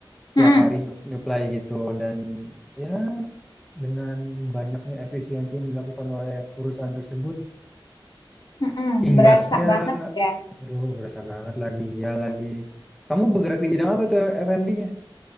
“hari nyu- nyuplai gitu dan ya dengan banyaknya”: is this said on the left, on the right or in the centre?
Centre